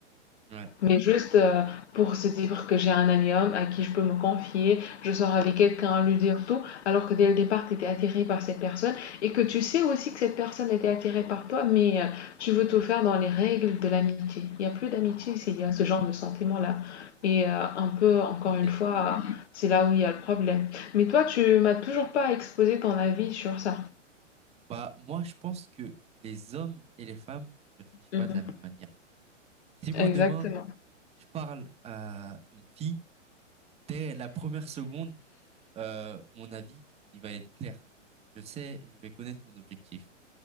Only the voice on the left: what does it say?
Mais juste euh, pour se dire que j'ai un ami homme à qui je peux me confier, je sors avec quelqu'un, lui dire tout, alors que dès le départ, tu étais attiré par cette personne et que tu sais aussi que cette personne était attirée par toi, mais euh, tu veux tout faire dans les règles de l'amitié. Il n'y a plus d'amitié
s'il y a ce genre de sentiment-là. Et euh, un peu, encore
une fois, c'est là où il y a le problème. Mais toi, tu m'as toujours pas exposé ton avis sur ça.
Mhm.
Exactement.